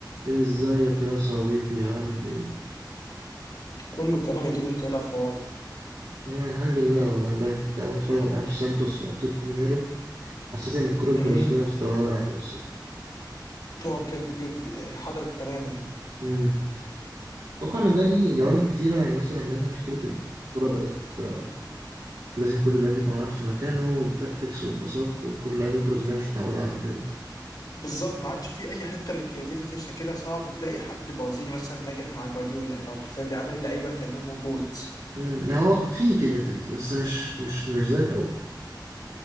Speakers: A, on the right; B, on the left.
A: ازيك يا صديقي عامل ايه
B: كله تمام يا دود انت ايه الاخبار
A: انا الحمد لله والله امبارح كنت قاعد بتفرج على ماتش سانتوس واتلتيكو مينيرو حسيت ان الكرة البرازيلية
B: مهم.
A: مستواها واقع قوي الصراحة
B: اه بجد بجد انحدرت تماما
A: امم اتوقع ان ده ليه جوانب كتيرة يعني مثلا منها فكرة ان الكرة بقت آه، لازم كل لاعب يكون واقف في مكانه والتاكتكس والباصات وكل اللعيبة البرازيلية مش متعودة على كده
B: بالظبط ما عادش في اي حته للكرياتيفيتي عشان كده صعب تلاقي حد برازيلي مثلا ناجح مع جوارديولا اللي هو حرفيا بيعامل اللعيبه كانهم روبوت
A: امم يعني هو في كرياتيفيتي بس مش مش مش زي الاول